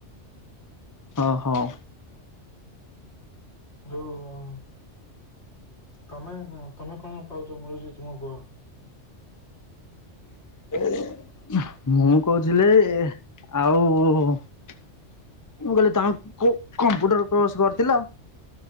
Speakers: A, on the left; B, on the left.
A: ହଁ ହଉ।
B: ଯୋଉ ତମେ ତମେ କଣ ପାଉଛ ମିଳୁଛି ତୁମ କୁହ?
A: <inaudible> ମୁଁ କହୁଥିଲି ଇ ଆଉ ମୁଁ କହିଲି ତାଙ୍କୁ କମ୍ପୁଟର କୋର୍ସ କରିଥିଲ।